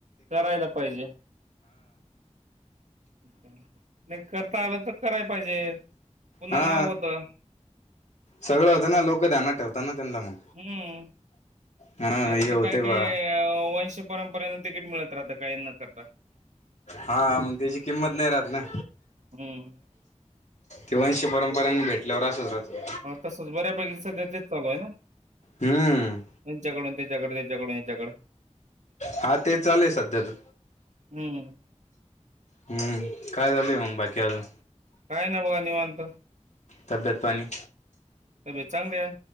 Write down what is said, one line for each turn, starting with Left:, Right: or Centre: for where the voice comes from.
Right: करायला पाहिजे. नाही करता आलं तर करायला पाहिजे. पुन्हा
Left: हा
Right: नाव होतं
Left: सगळं होतं ना लोक ध्यानात ठेवत ना त्यांना मग.
Right: हम्म
Left: हा
Right: नाही
Left: हे
Right: तर
Left: होते
Right: ते काही, काही
Left: बा
Right: वंश परमपरेनं तिकीट मिळत राहतं काही ना तर
Left: हा मग त्याची किंमत नाही राहतना.
Right: हम्म
Left: ते वंश परमपरेन भेटल्यावर असंच राहत.
Right: हा तसंच बऱ्यापैकी सध्या तेच चालू आहे ना?
Left: हम्म.
Right: त्यांच्याकडून त्याच्याकडे त्याच्याकडून हच्याकड
Left: हा ते चालुये सध्या तर
Right: हम्म
Left: हम्म, काय झालं मग बाकी आजुन.
Right: काय ना बा निवांत.
Left: तब्येत, पाणी?
Right: तब्येत चांगली आहे